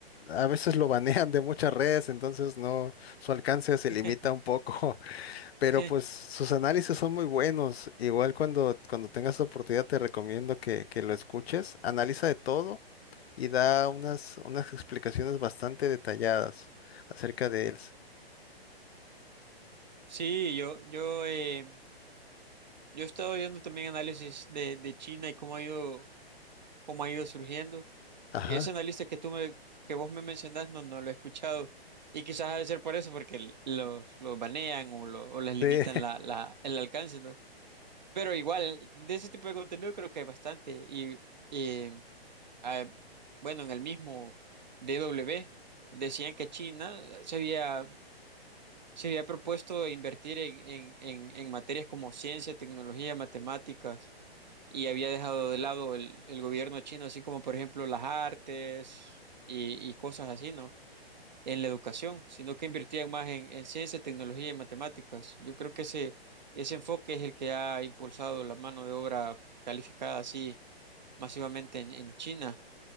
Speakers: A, on the left; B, on the right.
A: a veces lo banean de muchas redes, entonces no, su alcance se
B: <laughs>
A: limita un poco, <laughs> pero
B: Sí.
A: pues sus análisis son muy buenos. Igual cuando, cuando tengas oportunidad te recomiendo que, que lo escuches, analiza de todo y da unas, unas explicaciones bastante detalladas acerca de él.
B: Sí, yo, yo, eh, yo he estado viendo también análisis de, de China y cómo ha ido, cómo ha ido surgiendo.
A: Ajá.
B: Ese analista que tú me, que vos me mencionás, no, no lo he escuchado. Y quizás ha de ser por eso, porque l- los, los banean o, lo- o les limitan
A: Sí.
B: la, la, el alcance, ¿no? Pero igual, de ese tipo de contenido creo que hay bastante. Y eh, ah, bueno, en el mismo DW decían que China se había se había propuesto invertir en, en- en- en materias como ciencia, tecnología, matemáticas, y había dejado de lado el, el gobierno chino, así como por ejemplo las artes y, y cosas así, ¿no? En la educación, sino que invertían más en, en ciencia, tecnología y matemáticas. Yo creo que ese, ese enfoque es el que ha impulsado la mano de obra calificada así masivamente en, en China.